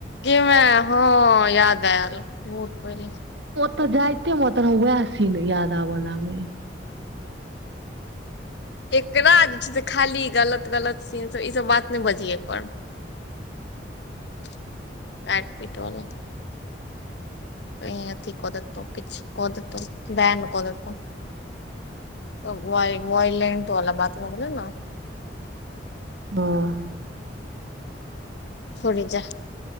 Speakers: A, on the left; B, on the right.
A: गेमै हँ याद आयल बहुत पहिले
B: तऽ जाइते मे त वएह सिन याद आबऽ लागे य
A: एकरा जे छै से खाली गलत गलत सीनसभ ईसभ बात नहि बजियै अपन काइट पीट बला आधी कऽ देतौ किछु कऽ देतो वन कऽ देत त व वेलेंट वला बात भ गिले
B: हँ
A: थोड़ जा